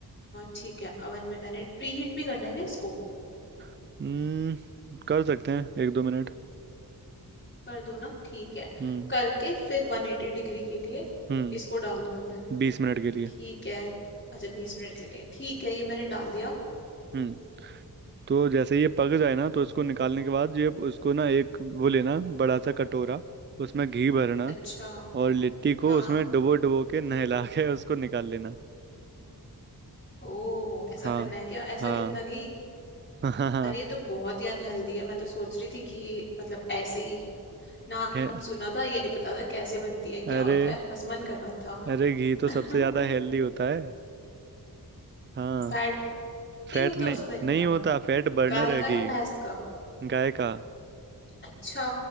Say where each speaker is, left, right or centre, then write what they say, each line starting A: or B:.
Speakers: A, on the left (about 25°); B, on the right (about 30°).
A: ठीक है अवन में मैंने प्रीहीट भी करना है क्या इसको
B: हम्म कर सकते हैं एक दो मिनट
A: कर दूं ना ठीक है
B: हम्म
A: करके फिर 180 डिग्री के लिए
B: हम्म
A: इसको डाल दूं अंदर
B: बीस मिनट के लिए
A: ठीक है अच्छा बीस मिनट के लिए ठीक है ये मैंने डाल दिया
B: हम्म तो जैसे ये पक जाए ना तो इसको निकालने के बाद ये उसको ना एक वो लेना बड़ा सा कटोरा उसमें घी भरना
A: अच्छा
B: और लिट्टी को
A: हाँ
B: उसमें डुबो डुबो के नहला के उसको निकाल लेना
A: ओ ऐसा
B: हाँ
A: करना है क्या ऐसा
B: हाँ
A: कितना घी
B: <laughs> हाँ
A: अरे ये तो बहुत ही अनहेल्दी है मैं तो सोच रही थी कि ये मतलब ऐसे ही नाम
B: है,
A: सुना था ये नहीं पता था कैसे बनती है क्या
B: अरे
A: होता है बस मन कर रहा था
B: अरे घी तो
A: <laughs>
B: सबसे ज्यादा हेल्दी होता है हाँ
A: फैट
B: फैट
A: नहीं होता
B: नहीं
A: उसमें इतना
B: नहीं होता फैट बर्नर
A: गाय
B: है
A: का
B: घी
A: या भैंस का
B: गाय का
A: अच्छा